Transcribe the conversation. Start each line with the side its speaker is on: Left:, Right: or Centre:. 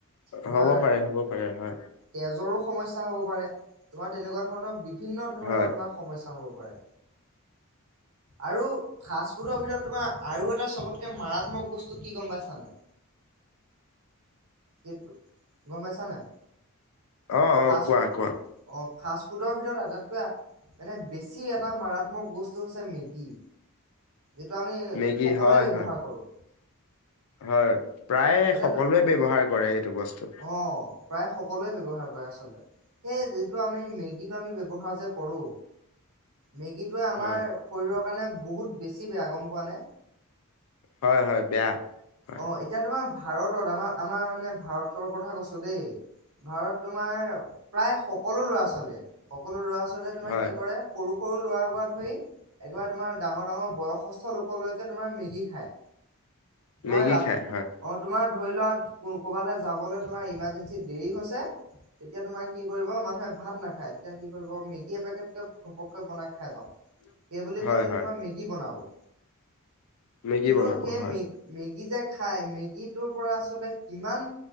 Right: তোমাৰ
Left: হ'ব পাৰে হ'ব পাৰে হয়।
Right: তেজৰো সমস্যা হ'ব পাৰে তোমাৰ তেনেকুৱা ধৰণৰ বিভিন্ন ধৰণৰ
Left: হয়
Right: তোমাৰ সমস্যা হ'ব পাৰে। আৰু ফাষ্টফুডৰ ভিতৰত তোমাৰ আৰু এটা চবতকৈ মাৰাত মক বস্তু কি গম পাইছা নাই। এইটো গম পাইছা নাই।
Left: অ'
Right: ফাষ্ট
Left: অ' কোৱা কোৱা।
Right: অ' ফাষ্ট ফুডৰ ভিতৰত আটাইতকৈ। এনে বেছি এটা মাৰাত্মক বস্তু হৈছে মেগী যিটো আমি
Left: মেগী
Right: সকলোৱে
Left: হয় হয়
Right: ব্যৱহাৰ কৰোঁ।
Left: হয়, প্ৰায়
Right: এতিয়া
Left: সকলোৱে ব্যৱহাৰ কৰে এইটো বস্তু।
Right: অ'। প্ৰায় সকলোৱে ব্যৱহাৰ কৰে আচলতে, সেই যিটো আমি মেগীটো আমি ব্যৱহাৰ যে কৰো, মেগীটোৱে আমাৰ
Left: হয়
Right: শৰীৰৰ কাৰণে বহুত বেছি বেয়া, গম পোৱানে?
Left: হয় হয়, বেয়া। হয়
Right: অ', এতিয়া তোমাৰ ভাৰতত আমাৰ আমাৰ মানে ভাৰতৰ কথা কৈছো দেই। ভাৰত তোমাৰ প্ৰায় সকলো ছোৱালীয়ে, সকলো ছোৱালীয়ে তোমাৰ
Left: হয়
Right: কি কৰে সৰু সৰু ল'ৰাৰ পৰা ধৰি একেবাৰে তোমাৰ ডাঙৰ ডাঙৰ বয়সস্থ লোকলৈকে তোমাৰ মেগী খায়। তোমাৰ
Left: মেগী
Right: অ',
Left: খাই হয়
Right: তোমাৰ ধৰি লোৱা ক'ৰবালৈ যাবলৈ তোমাৰ ইমাৰ্জেঞ্চিত দেৰি হৈছে তেতিয়া তোমাৰ কি কৰিব মানুহে ভাত নাখায়, তেতিয়া কি কৰিব মেগী এপেকেটকে ঘপককৈ বনাই খাই যাওঁ।
Left: <unintelligible>
Right: সেইবুলি
Left: হয়
Right: কৈ মানে
Left: হয়
Right: তোমাৰ মেগী বনাব।
Left: মেগী
Right: কিন্তু
Left: বনাব
Right: সেই
Left: হয়
Right: মেগ-মেগী যে খায়, মেগীটোৰ পৰা আচলতে কিমান